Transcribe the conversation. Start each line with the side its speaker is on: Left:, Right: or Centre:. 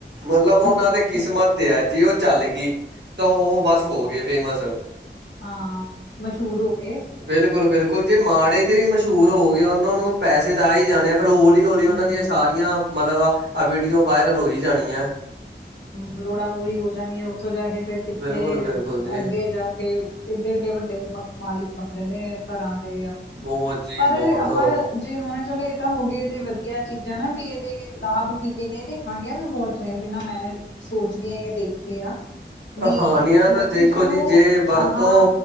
Right: ਮਤਲਬ ਔਨਾਂ ਦੇ ਕਿਸਮਤ ਤੇ ਐ ਜੇ ਓਹ ਚੱਲ ਗੀ ਤਾਂ ਓ ਬਸ ਹੋ ਗਏ ਫੇਮਸ।
Left: ਹਾਂ, ਮਸੂ਼ਰ ਹੋਗੇ।
Right: ਬਿਲਕੁਲ-ਬਿਲਕੁਲ ਜੀ, ਮਾੜੇ ਜੇ ਵੀ ਮਸੂ਼ਰ ਹੋਗੇ ਉਨਾਂ ਨੂੰ ਪੈਸੇ ਤਾਂ ਆ ਹੀ ਜਾਣੇ ਆ। ਫਿਰ ਹੌਲੀ-ਹੌਲੀ ਉਨਾਂ
Left: ਹਮ
Right: ਦੀਆਂ ਸਾਰੀਆਂ ਮਤਲਬ ਆ ਵੀਡੀਓ ਵਾਇਰਲ ਹੋਈ ਜਾਣੀਐ।
Left: ਹੂੰ, ਲੋੜਾਂ ਪੂਰੀ ਹੋ ਜਾਣੀਆਂ ਓਥੋਂ ਜਾ ਕੇ ਫੇਰ ਕਿੱਥੇ,
Right: ਬਿਲਕੁਲ-ਬਿਲਕੁਲ ਜੀ
Left: ਅੱਗੇ ਜਾ ਕੇ ਇਡੇ-ਇਡੇ ਵੱਡੇ ਮ ਮਾਲਿਕ ਬਣ ਜਾਣੇ ਘਰਾਂ ਦੇ ਆ,
Right: ਬਹੁਤ ਜੀ
Left: ਪਰ
Right: ਬਹੁਤ
Left: ਆਪਾਂ ਜੇ ਹੁਣ ਚਲੋ ਏ ਤਾਂ ਹੋਗੇ ਏਦੇ ਵਧੀਆ ਚੀਜ਼ਾਂ ਨਾ ਵੀ ਇਦੇ ਲਾਭ ਕੀ ਕੀ ਨੇ ਇਦੇ ਹਾਨੀਆਂ ਵੀ ਬੋਤ ਨੇ ਜਿੰਨਾ ਮੈਂ ਸੋਚਦੀ ਆ ਯਾ ਦੇਖੇ ਆ। ਵੀ
Right: ਅ ਹਾਨੀਆਂ
Left: ਲੋਕੀ
Right: ਤਾਂ ਦੇਖੋ
Left: ਚਲੋ
Right: ਜੀ ਜੇ ਵਰਤੋਂ
Left: ਆਹਾ